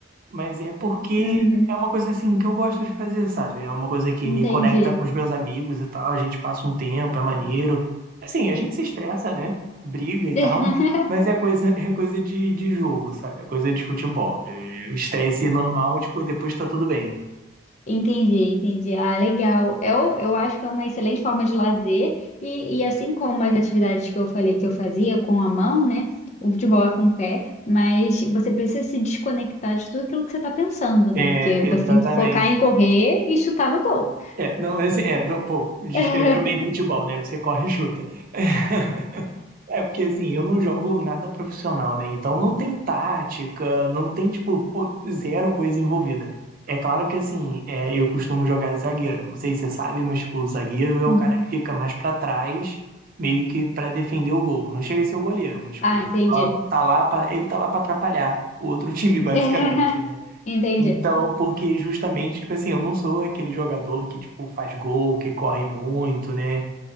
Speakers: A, on the right; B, on the left.
A: mas é porque
B: Uhum.
A: é uma coisa assim que eu gosto de fazer, sabe? É uma coisa que
B: Entendi.
A: me conecta com os meus amigos e tal. A gente passa um tempo, é maneiro. Assim, a gente se estressa, né? Briga e
B: <laughs>
A: tal. Mas é coisa, é coisa de, de jogo, sabe? É coisa de futebol. É, o estresse normal, tipo, depois tá tudo bem.
B: Entendi, entendi. Ah, legal. Eu, eu acho que é uma excelente forma de lazer, e, e assim como as atividades que eu falei que eu fazia com a mão, né? O futebol é com o pé, mas você precisa se desconectar de tudo aquilo que você está pensando, né?
A: É,
B: Porque você
A: exatamente.
B: tem que focar em correr e chutar no gol.
A: É, não, assim, é, do, pô, descreveu
B: <laughs>
A: bem futebol, né? Você corre e chuta. <laughs> É, porque assim, eu não jogo nada profissional, né? Então não tem tática, não tem, tipo, pô, zero coisa envolvida. É claro que assim, é, eu costumo jogar de zagueiro. Não sei se você sabe, mas, tipo, o zagueiro é o
B: Uhum.
A: cara que fica mais pra trás, meio que pra defender o gol. Não chega a ser o goleiro, mas, tipo,
B: Ah,
A: ele
B: entendi.
A: só tá lá pra, ele tá lá pra atrapalhar o outro <laughs> time, basicamente,
B: <laughs>
A: né?
B: Entendi.
A: Então, porque justamente, tipo assim, eu não sou aquele jogador que, tipo, faz gol, que corre muito, né?